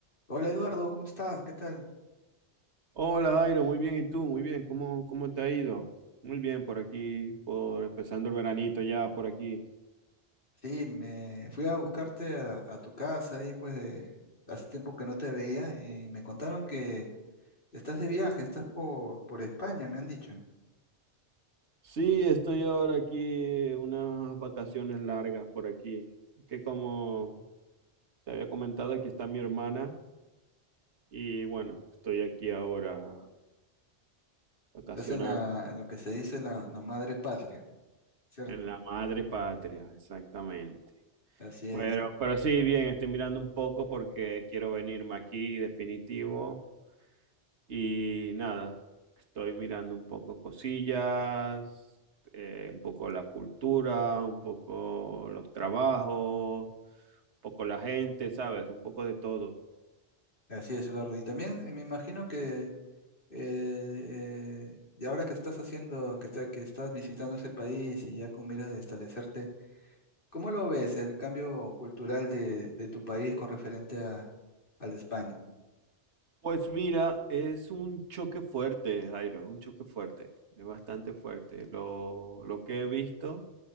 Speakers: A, on the left; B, on the right.
A: Hola Eduardo, ¿cómo estás? ¿Qué tal?
B: Hola Jairo, muy bien, ¿y tú? Muy bien, ¿cómo, cómo te ha ido? Muy bien, por aquí, por empezando el veranito ya por aquí.
A: Sí, me fui a buscarte a, a tu casa ahí pues de hace tiempo que no te veía y me contaron que estás de viaje, estás por, por España, me han dicho.
B: Sí, estoy ahora aquí, unas vacaciones largas por aquí. Es que como te había comentado, aquí está mi hermana y bueno, estoy aquí ahora vacacionando
A: Estás en la, en lo que se dice la, la madre patria, ¿cierto?
B: en la madre patria, exactamente.
A: Así es,
B: Pero, pero sí, bien, estoy mirando un poco porque quiero venirme aquí, definitivo. Y nada, estoy mirando un poco cosillas, eh, un poco la cultura, un poco los trabajos, un poco la gente, ¿sabes? Un poco de todo.
A: así es Eduardo. Y también eh, me imagino que eh, eh, y ahora que estás haciendo, que, está, que estás visitando ese país y ya con miras de establecerte ¿Cómo lo ves el cambio cultural de, de tu país con referente a- al de España?
B: Pues mira, es un choque fuerte, Jairo, es un choque fuerte, es bastante fuerte. Lo, lo que he visto,